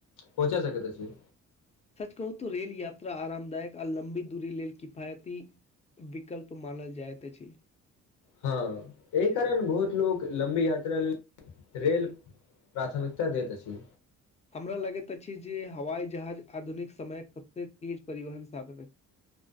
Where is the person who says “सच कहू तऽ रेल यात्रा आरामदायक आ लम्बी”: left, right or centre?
Left